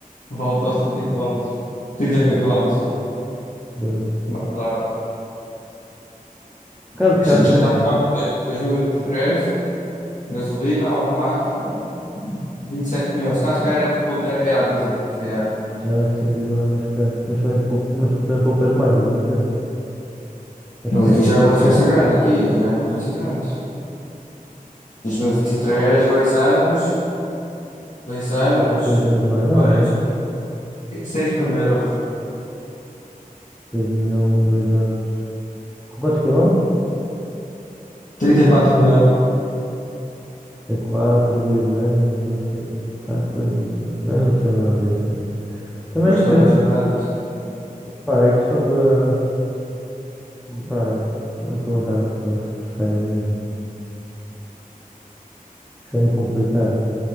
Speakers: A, on the left; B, in the centre.
A: volta aos trinta quilómetros trinta mil quilómetros
B: exato.
A: Mas lá,
B: Um bocado de
A: isto
B: carros
A: aqui já
B: é.
A: está dois- dois mil e e vinte e três gasolina automática. 27 mil. Se calhar, se calhar era porque o outro era, era a diesel, se calhar.
B: Ah, sim, diesel é mais caro. Mas também, poup- mas também poupas mais a longo termo. Acho
A: Mas aqui
B: eu, né
A: já é uma diferença grande, aqui, aqui já é uma diferença grande. dois mil e vinte e três dois anos, dois anos,
B: Dez, dois anos não é nada.
A: depois, 6 mil euros.
B: seis mil, dois anos. Com quantos quilómetros?
A: trinta e quatro mil.
B: É 4 dois anos, 16. Ai, pois não sei. Não, eu não percebo nada disso. é. Também
A: Pois
B: depende.
A: também não sei nada disto.
B: Pá, é questão de. Pá, de perguntar a pessoas que percebem mesmo. Isso é muito complicado.